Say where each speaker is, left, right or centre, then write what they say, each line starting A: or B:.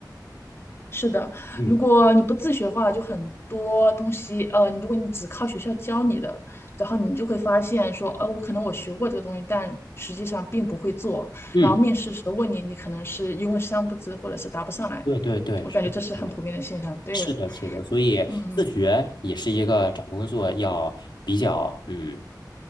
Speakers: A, on the left (about 35°); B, on the left (about 80°).
A: 是的，
B: 嗯
A: 如果你不自学的话，就很多东西，呃，如果你只靠学校教你的，然后你就会发现说，呃，我可能我学过这个东西，但实际上并不会做，
B: 嗯，
A: 然后面试时候问你，你可能是一问三不知，或者是答不上来，
B: 对对对，
A: 我感觉这是很普遍的现象，
B: 是的，是的，
A: 对，
B: 是的，是的，所以自学也是一个找工作要比较嗯
A: 嗯嗯。